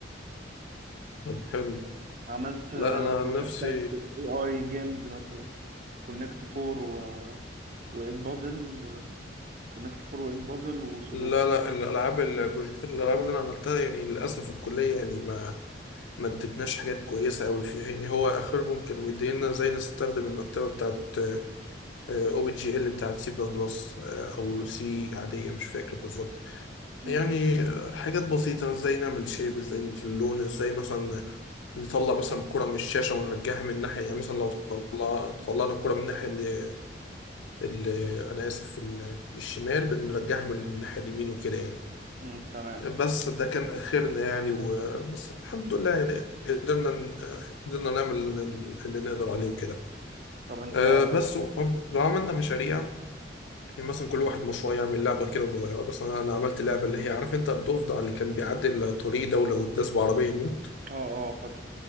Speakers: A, on the left (about 75°); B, on the right (about 45°).
A: طب حلو
B: عملت آه،
A: لا انا
B: بروجكتات
A: عن نفسي
B: اي اي جيمز مثلا كونكت فور و... وايت بازل كونكت فور وايت بازل وسودوكو
A: لا لا الالعاب البروجكتات الالعاب اللي انا عملتها يعني للاسف الكليه يعني ما ما ادتناش حاجات كويسه قوي فيها يعني هو اخرهم كانوا مدينا زي نستخدم المكتبه بتاعت او بي جي ال بتاعت سي بلس بلس او سي عاديه مش فاكر بالظبط
B: امم
A: يعني آه، حاجات بسيطه ازاي نعمل شيب ازاي ندي اللون ازاي مثلا نطلع مثلا الكرة من الشاشة ونرجعها من ناحية يعني مثلا لو طلع طلعنا الكرة من الناحية ال... ال... أنا آسف ال... الشمال بنرجعها من الناحية اليمين وكده يعني
B: امم تمام
A: بس ده كان آخرنا يعني و... بس الحمد لله يعني قدرنا ن- قدرنا نعمل اللي اللي نقدر عليه وكده
B: طب انت
A: أه بس و- لو عملنا مشاريع يعني مثلا كل واحد مشروع يعمل لعبة كده صغيرة بس أنا أنا عملت لعبة اللي هي عارف أنت الضفدع اللي كان بيعدي الطريق ده ولو اتداس بعربية يموت
B: اه اه فاكر